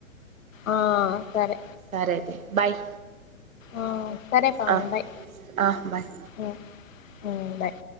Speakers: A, on the left; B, on the right.
A: ఆహ్ సరే.
B: సరే అయితే బాయ్.
A: ఆహ్ సరే అక్క
B: ఆ
A: బాయ్
B: ఆ బాయ్
A: ఉమ్ ఉమ్ బాయ్.